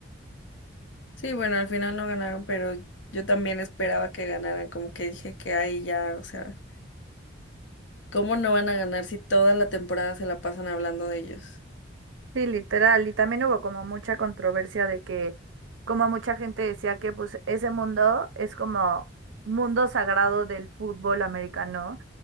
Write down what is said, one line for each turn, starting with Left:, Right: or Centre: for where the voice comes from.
Left: Sí, bueno, al final no ganaron, pero yo también esperaba que ganaran, como que dije que ahí ya, o sea, ¿cómo no van a ganar si toda la temporada se la pasan hablando de ellos?
Right: Sí, literal, y también hubo como mucha controversia de que como mucha gente decía que pues ese mundo es como mundo sagrado del fútbol americano,